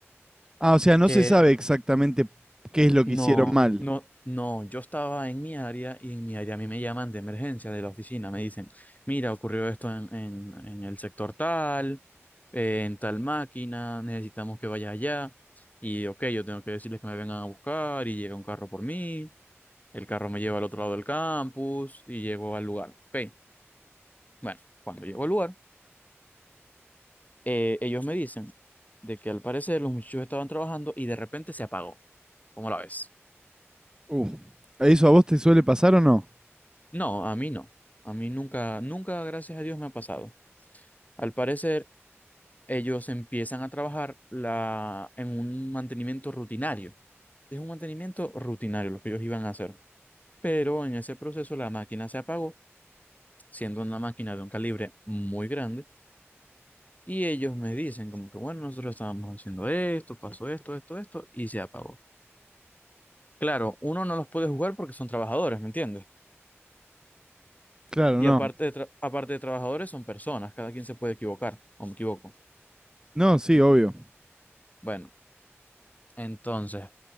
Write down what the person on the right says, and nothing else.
Ah, o sea, no
se sabe exactamente qué es lo que
hicieron mal.
Uh, ¿eso a vos te suele pasar o no?
Claro,
no.
No, sí, obvio.